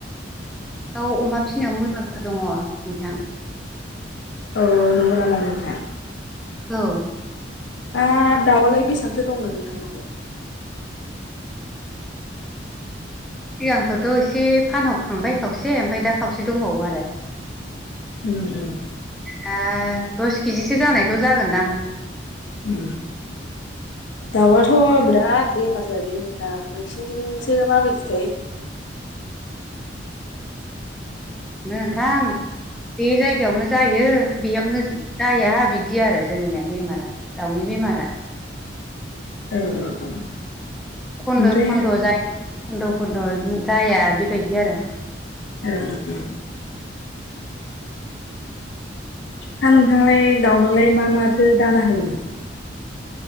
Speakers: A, in the centre; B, on the left.
A: औ अमा फिसिनायाव मुलाम्फा दङ नोंथां।
B: औ नंगौ नामा नोंथां?
A: औ
B: दा दाउआलाय बेसेबांथो दंनो नोंथांनावलाय?
A: सिगांफोरथ' एसे फानहरखांबाय खावसे ओमफ्राय दा खावसे दंबावो आरो।
B: उम उम
A: दा दस केजिसो जानायल' जागोनदां।
B: ए दाउआथ' बिराद बेमार जादों नोंथां नोंसिनिथिंसो माबायदिथाय? <inaudible>
A: नोंथां बे जायगायावनो जायो बेयावनो जाया बिदि आरो जोंनिया बेमारा दाउनि बेमार रा
B: औ औ औ
A: खन्द'
B: ओमफ्राय
A: खन्द' जायो खन्द' खन्द' जाया बेबायदि आरो
B: ओ ओं ओं हा नोंथांलाय दाउनोलाय मा माथो दाना होयो?